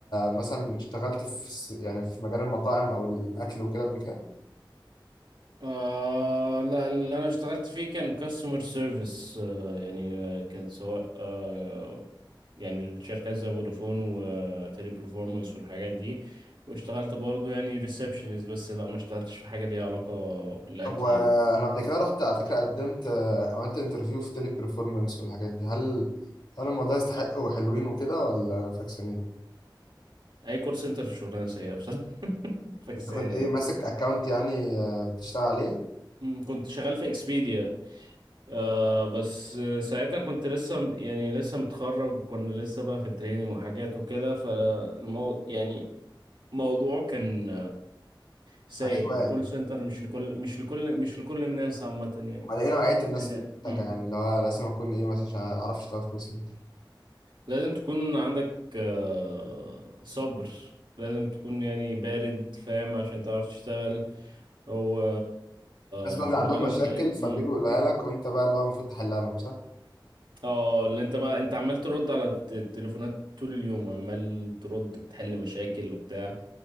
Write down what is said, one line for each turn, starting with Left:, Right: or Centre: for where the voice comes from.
Left: مثلا اشتغلت في س- يعني في مجال المطاعم او الاكل وكده قبل كده
Right: آه لا اللي أنا اشتغلت فيه كان كاستمر سيرفيس آه يعني آه، كان سواء آه يعني الشركات زي فودافون وتيلي برفورمانس والحاجات دي واشتغلت برضو يعني ريسبشنز بس لا ما اشتغلتش في حاجة ليها علاقة بالأكل
Left: طب وانا
Right: يعني
Left: قبل كده رحت على فكره قدمت آه، عملت انترفيو في تيلي بيرفورمانس والحاجات دي هل هل الموضوع يستحق وحلوين وكده ولا فاكسانين
Right: أي كول سنتر شغلانة سيئة بصراحة <laughs> فكسانة
Left: انت كنت
Right: يعني
Left: ايه ماسك اكونت يعني آه، بتشتغل عليه
Right: هم، كنت شغال في اكسبيديا آه بس ساعتها كنت لسه يعني لسه متخرج وكنا لسه بقى في التريننج وحاجات وكده فالمو يعني موضوع كان سيء
Left: عشوائي
Right: الكول سنتر مش لكل مش لكل مش لكل الناس عامة يعني
Left: على ايه نوعيه الناس
Right: يعني
Left: اللي محتاجه
Right: مم.
Left: يعني اللي هو لازم اكون ايه مثلا عشان اعرف اشتغل في كول سنتر
Right: لازم تكون عندك آه صبر لازم تكون يعني بارد فاهم عشان تعرف تشتغل هو
Left: الناس
Right: الشغلانة
Left: بقى بيبقى عندهم مشاكل
Right: م- يعني-
Left: فبيجوا
Right: مم.
Left: يقولوها لك وانت بقى اللي هو المفروض تحلها لهم صح
Right: اه اللي انت بقى انت عمال ترد على الت- التليفونات طول اليوم عمال ترد بتحل مشاكل وبتاع